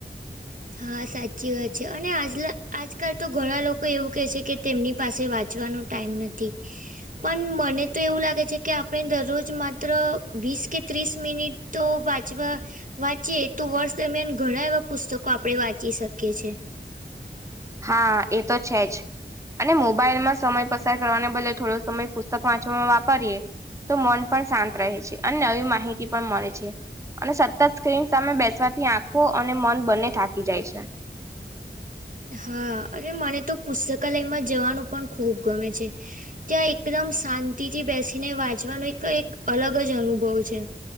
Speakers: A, on the right (about 45°); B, on the right (about 15°).
A: હા સાચી વાત છે અને આજ આજકાલ તો ઘણા લોકો એવું કે છે કે તેમની પાસે વાત ચવાનો ટાઈમ નથી પણ મને તો એવું લાગે છે. કે આપણે દરરોજ માત્ર વીસ કે ત્રીસ મિનિટ તો વાંચવા વાંચીએ તો વર્ષ દરમિયાન ઘણા એવા પુસ્તકો આપણે વાંચી શકીએ છીએ.
B: હા એ તો છે જ અને મોબાઈલમાં સમય પસાર કરવાને બદલે થોડો સમય પુસ્તક વાંચવામાં વાપરીએ તો મન પણ શાંત રહે છે અને નવી માહિતી પણ મળે છે. અને સતત સ્ક્રીન સામે બેસવાથી આંખો અને મન બંને થાકી જાય છે.
A: હા અરે મને તો પુસ્તકાલયમાં જવાનું પણ ખુબ ગમે છે. ત્યાં એકદમ શાંતિથી બેસીને વાંચવાનો એક એક અલગ જ અનુભવ છે